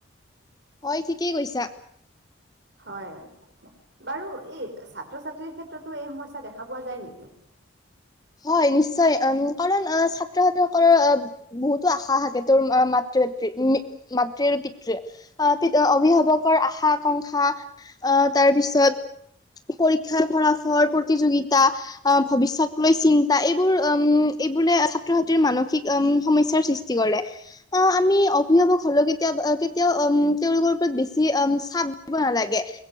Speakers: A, on the left; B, on the right.
A: হয় ঠিকেই কৈছা।
B: বাৰু এই ছাত্ৰ ছাত্ৰীৰ ক্ষেত্ৰতো এই সমস্যা দেখা পোৱা যাই নেকি?
A: হয় নিশ্চয় উম কাৰণ ছাত্ৰ - ছাত্ৰী সকলৰ। বহুতো আশা থাকে তোৰ মাতৃ পাতৃৰ মাতৃ আৰু পিতৃৰ। আহ প অভিভাৱকৰ আশা আকাংক্ষা আ তাৰ পিছত। পৰীক্ষাৰ ফলাফল প্ৰতিযোগিতা ভৱিষ্যত। লৈ চিন্তা এইবোৰ উ এইবোৰে ছাত্ৰ ছাত্ৰ মানসিক সমস্যাৰ সৃষ্টি কৰে। অ আমি অভিভাৱক হলেও কেতিয়া কেতিয়াও উম তেওঁলোকৰ ওপৰত বেছি চাপ দিব নালাগে।